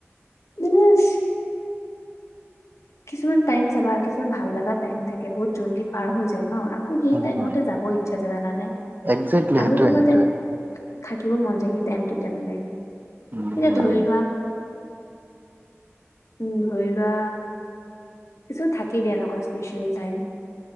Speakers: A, on the left; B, on the right.
A: ডেমেজ কিছুমান টাইম চাবা কিছুমান ভাল লগা টাইম থাকে বহুত জল্দি পাৰ হৈ যায় ন আকৌ সেই
B: উম
A: টাইমত
B: হম
A: যাব ইচ্ছা যে জানা নাই
B: একজেক্টলি
A: আৰু
B: সেইটোৱে
A: অকণমান
B: সেইটোৱে
A: টাইম থাকিব মন যায় সেই টাইমটোতে মানে
B: উম
A: এতিয়া
B: হম
A: ধৰি লোৱা উম ধৰি লোৱা কিছুমান থাকেই দিয়া এনেকুৱা স্পেচিয়েল টাইম